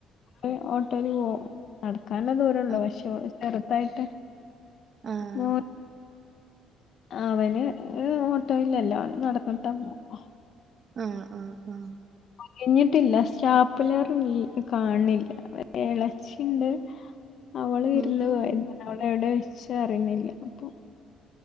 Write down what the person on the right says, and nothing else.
ആഹ്
ആഹ്
ആ അഹ് ആ അഹ്
ഉം